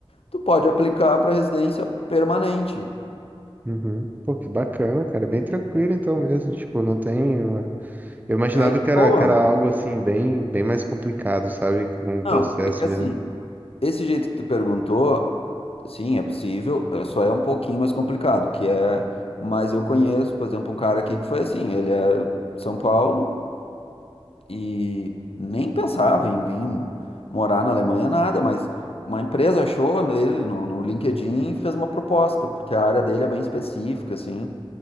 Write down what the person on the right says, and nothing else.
Uhum. Pô, que bacana, cara. é Bem tranquilo então mesmo. Tipo, não tem. Eu imaginava
que era,
que era algo assim, bem, bem mais complicado, sabe? Com o processo
mesmo.